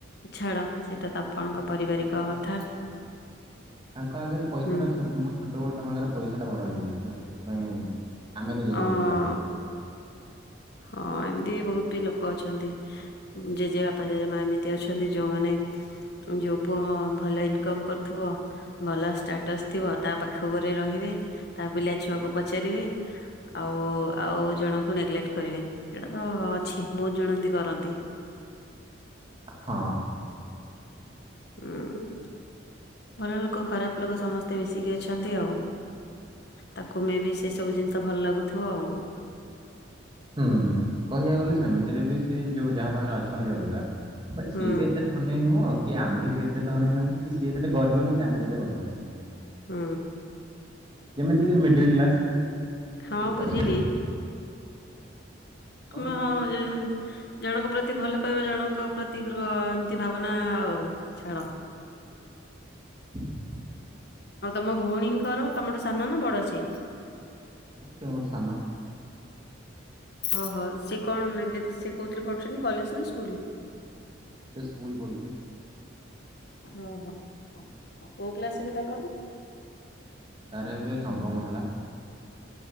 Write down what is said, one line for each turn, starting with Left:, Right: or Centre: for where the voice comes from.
Left: ଛାଡ। ସେଇଟା ତ ଆପଣଙ୍କ
Right: ବଟ୍
Left: ପାରିବାରିକ
Right: ତାଙ୍କ
Left: କଥା।
Right: ଆଗରେ ତାଙ୍କ ଆଗରେ ପଇସା
Left: ହୁଁ
Right: ଟା ଛୋଟ ମୁଁ ଛୋଟବେଳୁ ତାଙ୍କ ଆଗରେ ପଇସା ଟା ବଡ ହେଇଯାଇଛି ନା। ପାଇଁ ଆମେ ତ ଜରୁରୀ
Left: ଅ
Right: ନୁହଁ ତାଙ୍କ ପାଇଁ।
Left: ହଁ। ହଁ ଏମିତି ବି ବହୁତ ବି ଲୋକ ଅଛନ୍ତି। ଜେଜେବାପା ଜେଜେମା ଏମିତି ଅଛନ୍ତି। ଯୋଉମାନେ ଯୋଉ ପୁଅ ଭଲ ଇନକମ୍ କରୁଥିବ। ଭଲ ଷ୍ଟାଟସ ଥିବ ତା ପାଖ ଗୁରେ ରହି ତା ପିଲା ଛୁଆକୁ ପଚାରିବେ। ଆଉ ଆଉ ଜଣ ନେଗେଲେକ୍ଟ କରିବେ। ଏଇଟା ତ ଅଛି ବହୁତ ଜଣ ଏମିତି କରନ୍ତି।
Right: ହଁ।
Left: ହୁଁ। ଭଲ ଲୋକ ଖରାପ ଲୋକ ସମସ୍ତେ ମିଶିକି ଅଛନ୍ତି ଆଉ। ତାକୁ ମେ ବି ସେ ସବୁ ଜିନିଷ ଭଲ ଲାଗୁଥିବ ଆଉ।
Right: ହୁଁ କହିବାକୁ ଗଲେ ସେମିତିରେ ବି ସେ ଯୋଉ ଯାହା ପାଖରେ ଅଛନ୍ତି ଅବିକା ବଟ୍
Left: ହୁଁ
Right: ସିଏ ବି ଏତେ ଧନୀ ନୁହଁ। କି ଆମେ ବି ଏତେ ଧନୀ ନୁହୁଁ। କି ସିଏ ବି ଏତେ ଗରିବ ନୁହୁଁ। କି ଆମେ ବି ଏତେ ଗରିବ ନୁହୁଁ।
Left: ହୁଁ।
Right: ଯେମିତିକି ମିଡିଲ୍ କ୍ଲାସ୍।
Left: ହଁ
Right: ଠିକ୍ ସେମିତି
Left: ବୁଝିଲି।
Right: କହିବାକୁ
Left: ଆମ ହଁ
Right: ଗଲେ
Left: ଜଣଙ୍କ ପ୍ରତି ଭଲ ଅତୟ ଜଣଙ୍କ ପ୍ରତି ଗୃହ ଏମତି ଭାବନା ଆଉ ଛାଡ।
Right: <inaudible>
Left: ଆଉ ତମ ଭଉଣୀଙ୍କର ତମଠୁ ସାନ ନା ବଡ ସିଏ?
Right: ନାଇଁ ସିଏ ମୋଠୁ ସାନ।
Left: ଓହୋ। ସେ କଣ ଏବେ ସେ କୋଉଥିରେ ପଢୁଛନ୍ତି କଲେଜ୍ ନା ସ୍କୁଲ?
Right: ସେ ସ୍କୁଲ ପଢୁଛି।
Left: ଓହୋ। କୋଉ କ୍ଲାସ ଏବେ ତାଙ୍କର?
Right: ତାରେ ଏବେ ନବମ ହେଲା।